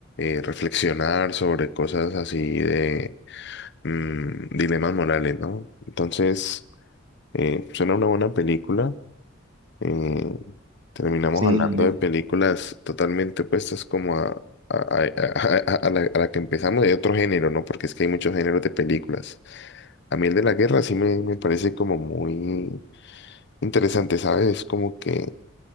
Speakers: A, on the left; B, on the right.
A: eh, reflexionar sobre cosas así de mm, dilemas morales, ¿no? Entonces, eh, suena una buena película. Eh, terminamos
B: Sí,
A: hablando
B: lo de-
A: de películas totalmente opuestas como a, a, a- a- a- a la, a la que empezamos de otro género, ¿no? Porque es que hay muchos géneros de películas. A mí el de la guerra sí me, me parece como muy interesante, ¿sabes? Es como que